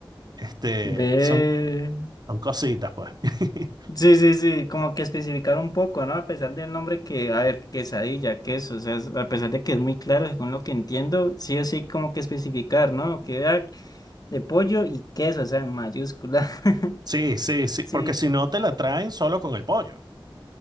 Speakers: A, on the right; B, on the left.
A: Este,
B: Ve.
A: son, son cositas, pues. <laughs>
B: Sí, sí, sí, como que especificar un poco, ¿no? A pesar del nombre que, a ver, quesadilla, queso, o sea, es- a pesar de que es muy claro, según lo que entiendo, sí o sí, como que especificar, ¿no? Que ah, de pollo y queso, o sea, en mayúscula. <laughs>
A: Sí, sí, sí,
B: Sí.
A: porque si no te la traen solo con el pollo,